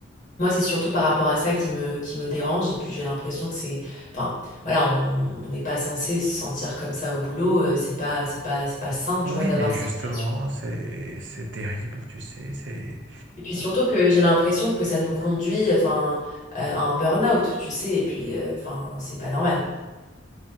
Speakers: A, on the left; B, on the right.
A: Moi, c'est surtout par rapport à ça qui me, qui me dérange. Et puis, j'ai l'impression que c'est, enfin, voilà, on on n'est pas censé se sentir comme ça au boulot. Euh, c'est pas, c'est pas, c'est pas sain,
B: Oui,
A: tu vois, d'avoir
B: mais
A: cette
B: justement,
A: relation.
B: c'est, c'est terrible, tu sais, c'est,
A: Et puis surtout que j'ai l'impression que ça nous conduit, enfin, euh, à un burn-out, tu sais. Et puis, euh, enfin, c'est pas normal.